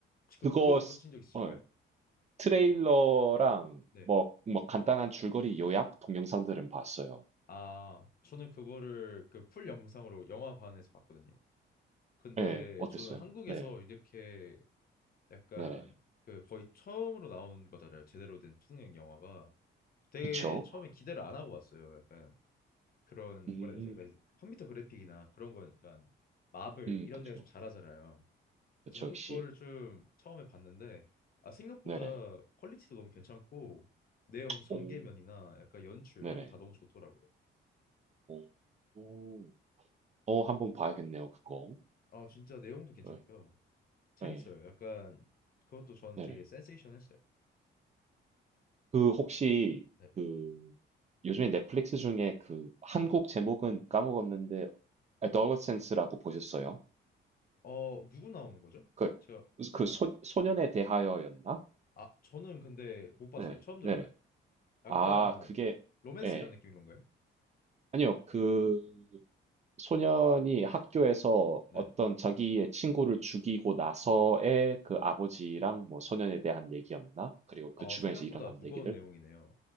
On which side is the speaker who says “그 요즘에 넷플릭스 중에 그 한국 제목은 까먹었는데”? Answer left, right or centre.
Right